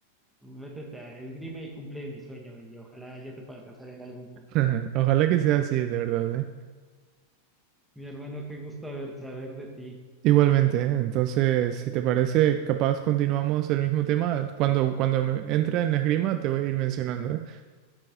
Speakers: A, in the centre; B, on the right.
A: métete a esgrima y cumple mi sueño y ojalá yo te pueda alcanzar en algún punto.
B: <laughs> Ojalá que sea así, de verdad, ¿eh?
A: Mi hermano, qué gusto haber saber de ti.
B: Igualmente, ¿eh? Entonces, si te parece, capaz continuamos el mismo tema. Cuando, cuando me entre en la esgrima, te voy a ir mencionando, ¿eh?